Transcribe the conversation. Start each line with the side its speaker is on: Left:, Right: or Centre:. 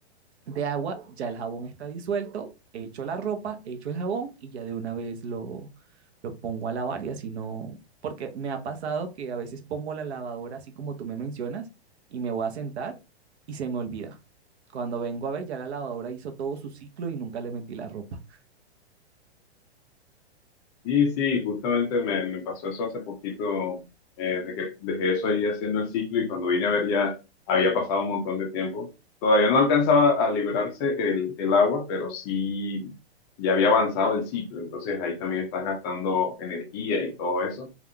Right: de agua, ya el jabón está disuelto, echo la ropa, echo el jabón y ya de una vez lo, lo pongo a lavar y así no, porque me ha pasado que a veces pongo la lavadora así como tú me mencionas y me voy a sentar y se me olvida. Cuando vengo a ver, ya la lavadora hizo todo su ciclo y nunca le metí la ropa.
Left: Y sí, justamente me, me pasó eso hace poquito, eh, de que dejé eso ahí haciendo el ciclo y cuando vine a ver ya había pasado un montón de tiempo. Todavía no alcanzaba a liberarse el, el agua, pero sí ya había avanzado el ciclo, entonces ahí también estás gastando energía y todo eso.